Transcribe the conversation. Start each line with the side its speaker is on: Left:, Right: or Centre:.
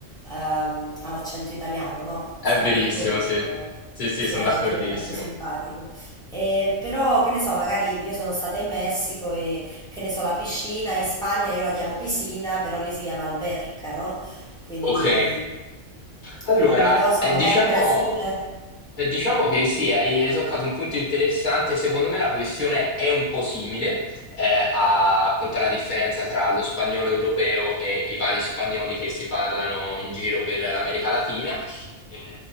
Centre: ehm, all'accento italiano, no?
Left: È
Centre: Sarà
Left: verissimo,
Centre: per quello,
Left: sì.
Centre: però.
Left: Sì, sì,
Centre: Sì,
Left: sono
Centre: l'Argentina
Left: d'accordissimo.
Centre: è troppo simpatico. E però, che ne so, magari io sono stata in Messico e, che ne so, la piscina, in Spagna io la chiamo piscina, però lì si chiama alberca, no? Quindi,
Left: Ok, allora
Centre: quindi non lo so,
Left: eh,
Centre: magari
Left: diciamo.
Centre: in Brasile...
Left: Eh, Diciamo che sì, hai hai toccato un punto interessante. Secondo me la questione è un po' simile eh, a, appunto alla differenza tra lo spagnolo europeo e i vari spagnoli che si parlano in giro per l'America Latina. Eh,